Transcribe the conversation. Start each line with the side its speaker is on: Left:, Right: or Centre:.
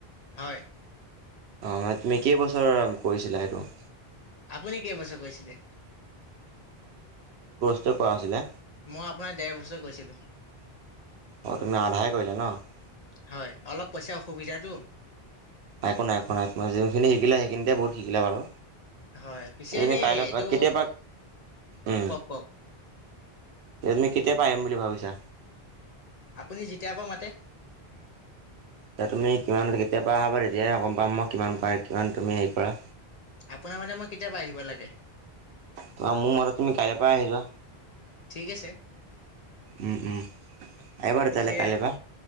Left: হয়।
Right: অ', মানে তুমি কেইবছৰ কৰিছিলা সেইটো।
Left: আপুনি কেইবছৰ কৰিছিলে?
Right: সেইটো কোৱা হৈছিলে।
Left: মই আপোনাৰ দেৰ বছৰ কৰিছিলো।
Right: অঁ তুমি আধাহে কৰিলা ন
Left: হয় অলপ পইচা অসুবিধাটো।
Right: একো নাই, একো নাই তোমাৰ যোনখিনি শিকিলে সেইখিনিতে বহুত শিকিলা বাৰু।
Left: হয় পিছে এনেই
Right: তুমি কাইলৈ
Left: এইটো
Right: প কেতিয়া পা উ
Left: কওক কওক
Right: তুমি কেতিয়া পৰা আহিম বুলি ভাবিছা।
Left: আপুনি যেতিয়াৰ পৰা মাতে।
Right: এতিয়া তুমি কিমান যেতিয়াৰা পৰা আহা তেতিয়াহে গম পাম মোক কিমান পাই কিমান তুমি হেৰি কৰা।
Left: আপোনাৰ মতে মই কেতিয়া পৰা আহিব লাগে।
Right: তোমাৰ মোৰ মতে তুমি কাইলৈ পৰা আহি যোৱা
Left: ঠিক আছে
Right: উম, উম। আহিবা তেতিয়াহ'লে
Left: পিছে
Right: কাইলৈ পৰা